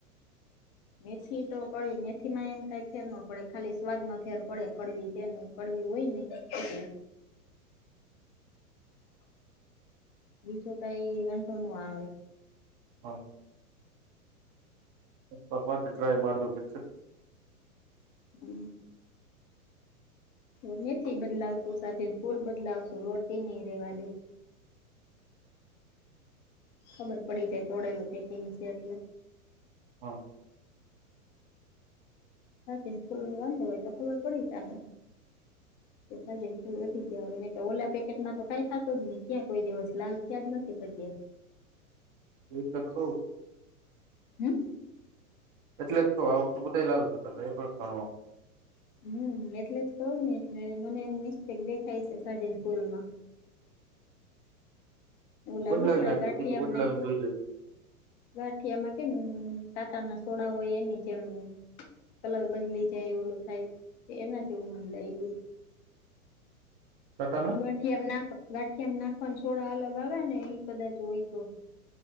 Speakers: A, on the left (about 30°); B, on the right (about 35°).
A: મેથી તો કડવી મેથી માં એમ કઈ ફેર ના પડે. ખાલી સ્વાદ માં ફેર પડે કડવી છેનું. કડવી હોય એટલે. બીજો કાંઈ વાંધો ન આવે.
B: હા! <unintelligible>
A: <inaudible> તો મેથી બદલાવશું રાજીના ફૂલ બદલાવશું રોટી નહી રેવા દે. ખબર પડી જાય. તોડેલું પેકિંગ છે એટલે.
B: હા
A: હા કે ફૂલ ન વાંધો હોય તો ખબર પડી જાય.
B: <inaudible>
A: સાજન ફૂલ વધી ગયા હોયને તો ઓલા પેકેટમાં તો કઈ થતો જ નહી. ત્યાં કોઈ દિવસ લાલ થયા જ નથી પટ્યા.
B: <unintelligible>
A: હમ્મ.
B: એટલે જ તો આ વખતે બધા લાલ થતા થા <unintelligible>
A: હમ્મ એટલે જ કહું ને એટલે મને એમ મિસ્ટેક દેખાય છે સાડીને ફૂલ માં. ઓલા
B: બદલાવી
A: ન આપડે
B: નાખજો
A: ગઠિયા
B: બીજું બદલાવીને
A: આમ નાખીયે.
B: જોઈ લઈ
A: ગાંઠિયામાં કેમ કાંટાના સોડા હોય એની જેમ. કલર બદલી જાય ઓલો થાય, એના થી એવું મને લાગ્યું.
B: ટાટા ના.
A: ગાઠિયામ નાખ, ગાઠિયામાં નાખવા છોડા અલગ આવે ને ઈ કદાચ હોય તો.